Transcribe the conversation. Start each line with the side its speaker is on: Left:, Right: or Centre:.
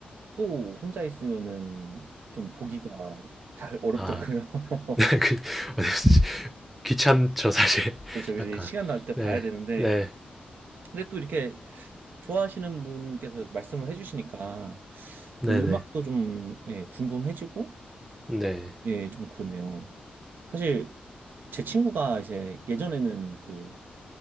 Right: 또 혼자 있으면은 좀 보기가 잘 어렵더라고요.
Centre: 아, <laughs> 네,
Right: <laughs>
Centre: 그, 어, <laughs> 귀찮죠, 사실.
Right: 그래서
Centre: <laughs>
Right: 이제
Centre: 약간.
Right: 시간 날 때
Centre: 네,
Right: 봐야 되는데
Centre: 네,
Right: 근데 또 이렇게 좋아하시는 분께서 말씀을 해주시니까
Centre: 네
Right: 그
Centre: 네,
Right: 음악도 좀 예, 궁금해지고
Centre: 네.
Right: 예, 좀 그렇네요. 사실 제 친구가 이제 예전에는 그